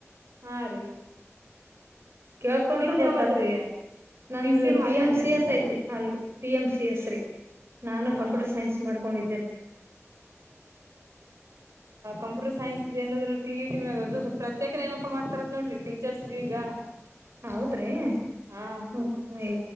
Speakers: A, on the right; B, on the right.
A: ಹಾ ರೀ
B: ಕೇಳ್ಕೊಂಡ್ರರು
A: ನಿಮ್ದ್
B: ಗೊತ್ತತರಿ
A: ಯಾವಾದ್ರಿ
B: ನಂದು
A: ಸಿ
B: ಪಿ
A: ಅಲ್ಲೇನ್ರಿ
B: ಎಂ ಸಿ
A: ನಿಮ್ದು
B: ಎಸ್ ಐತಿರಿ ಅಲ್ರಿ ಪಿ ಎಂ ಸಿ ಎಸ್ರಿ ನಾನು
A: ಹಾ
B: ಕಂಪ್ಯೂಟರ್ ಸೈನ್ಸ್ ಮಾಡ್ಕೊಂಡಿದ್ದೆನೆ
A: ಂಪ್ಯೂಟರ್ ಸೈನ್ಸ್ ಏನಾದ್ರ ಟಿ ಇಟಿ ಮದು ಪ್ರತ್ಯೇಕ ನೇಮಕ ಮಾಡ್ತಾರತ್ ನೋಡ್ರಿ ಟೀಚರ್ಸ್ಗೆ ಈಗ
B: ಹೌದ್ರಿ
A: ಹಾ
B: ಹ ಹ ಎ